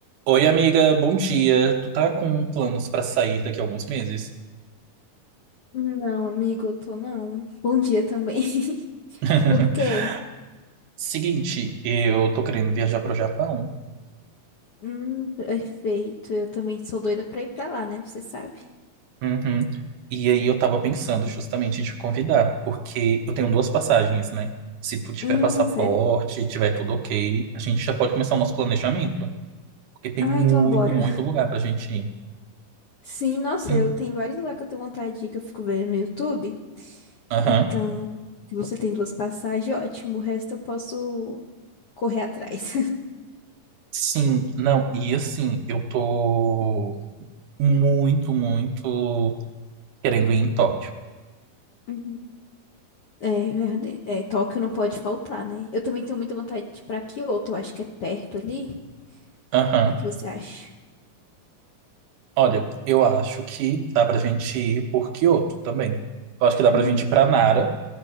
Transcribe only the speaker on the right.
Oi, amiga, bom dia. Tu tá com planos pra sair daqui a alguns meses?
<laughs>
Seguinte, eu tô querendo viajar pro Japão.
Uhum. E aí eu tava pensando justamente em te convidar, porque eu tenho duas passagens, né? Se tu tiver
passaporte,
tiver tudo ok, a gente já pode começar o nosso planejamento, porque tem
muito,
muito lugar pra gente ir.
Hum,
Aham.
Sim, não, e assim, eu tô muito, muito querendo ir em Tóquio.
Aham.
Olha, eu acho que dá pra gente ir por Kyoto também. Eu acho que dá
pra gente ir pra Nara